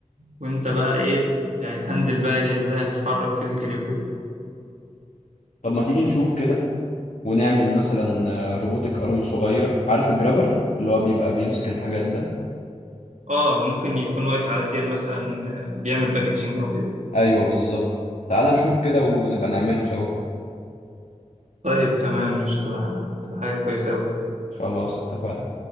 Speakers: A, on the right; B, on the left.
A: وانت بقى ايه ت- يعني تهندل بقى هي ازاي هتتحرك فيزيكالي وكده
B: طب ما تيجي نشوف كده ونعمل مثلا آه، روبوتك ارم صغير عارف الجرابر اللي هو بيبقى بيمسك الحاجات ده
A: اه ممكن يكون واقف على سير مثلا بيعمل باكجينج او كده
B: ايوه بالظبط تعال نشوف كده ونبقى نعمله سوا
A: طيب تمام مش تبقى حاجه كويسه قوي
B: خلاص اتفقنا